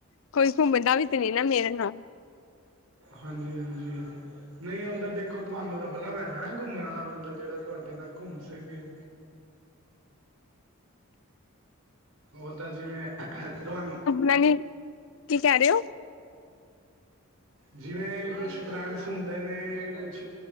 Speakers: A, on the left; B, on the right.
A: ਕੋਈ ਘੁੰਮਦਾ ਵੀ ਤੇ ਨਈ ਨਾ ਮੇਰੇ ਨਾਲ।
B: ਹਾਂਜੀ-ਹਾਂਜੀ। ਨਈ ਉਹ ਤੇ ਦੇਖੋ ਤੁਆਨੂੰ ਲੱਭਣਾ ਪੈਣਾ ਨਾ ਘੁੰਮਣ ਆਲਾ ਬੰਦਾ ਜੇੜਾ ਤੁਆਡੇ ਨਾਲ ਘੁੰਮ ਸਕੇ। ਔਦਾ ਜਿਵੇਂ ਤੁਵਾਨ
A: ਮੈ ਨੀ, ਕੀ ਕੈ ਰੇ ਔ?
B: ਜਿਵੇਂ ਕੁਛ ਫਰੈਂਸ ਹੁੰਦੇ ਨੇ, ਕੁਛ